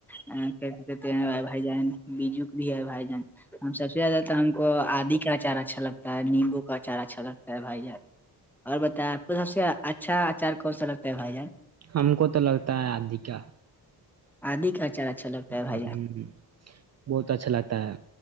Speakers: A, in the centre; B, on the right (about 40°).
A: ہاں بائی بھائی جان بیجو بھی ہے بھائی جان ہم سب سے زیادہ تو ہم کو آدی کا چارا اچھا لگ ہے نیمبو کا اچار اچھا لگتا ہے بھائی جان اور بتائ آپ کو سب سے اچھا اچار کون سا لگتا ہے بھائی جان
B: ہم کو تو لگتا ہے آدی کیا
A: آدی کا اچار اچھا لگتا ہے بھائی
B: ہ
A: جان
B: بہت اچھا لگتا ہے